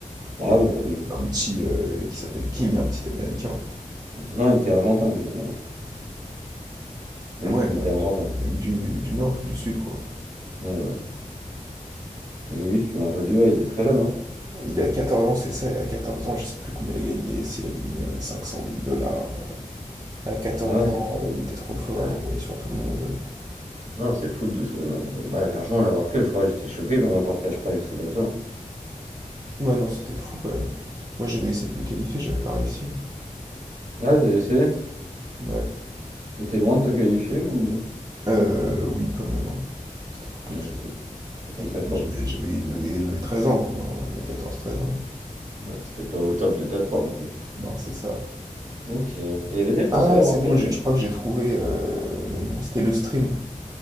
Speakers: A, on the right; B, on the right.
A: Ah
B: Il y avait
A: oui, bah oui.
B: un petit euh, qui s'appelle King, un petit américain.
A: Non, il était argentin, lui. hein. Ouais,
B: Ouais,
A: il
B: mais
A: était
B: avec,
A: argentin. puis-
B: avec du, du nord, du sud, quoi.
A: Ouais, voilà. Et oui, je me rappelle de lui, ouais, il était très jeune, hein.
B: Il a quatorze ans, c'est ça, et à 14 ans, je sais plus combien il a gagné. S'il a gagné euh, cinq cent mille dollars. À quatorze
A: Ah ouais, c'est.
B: ans, euh, il était trop fort,
A: ah,
B: il roulait sur tout le monde.
A: non, c'est fou de ce. de- Bah, l'argent à la World Cup, je crois que j'étais choqué, pour moi, par le cash prize, je sais pas toi. hein.
B: Ouais, non, c'était fou quand même. Moi, j'avais essayé de me qualifier, j'avais pas réussi. hein.
A: Ah, t'as essayé?
B: Ouais.
A: T'étais loin de te qualifier ou.
B: Euh, oui, quand même. hein. C'était compliqué.
A: Ouais, t'étais t'étais pas
B: Je-
A: très fort,
B: J'avais
A: quoi.
B: j'avais- j'avais- j'avais 13 ans, quoi. hein. J'avais quatorze treize ans.
A: Ouais, t'étais pas au top de ta forme, quoi.
B: Non, c'est ça.
A: Ok. Et Il y avait des Français
B: Ah,
A: à la World
B: c'est bon,
A: Cup déjà?
B: j'ai- je crois que j'ai trouvé euh, le nom. C'était le stream.